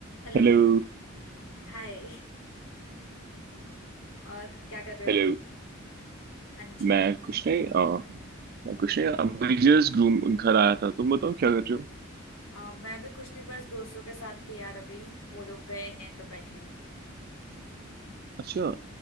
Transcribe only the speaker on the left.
Hello
Hi और क्या कर रहे हो
हाँ जी
आ, मैं भी कुछ नहीं बस दोस्तों के साथ थी यार अभी वो लोग गए हैं तो बैठी हूँ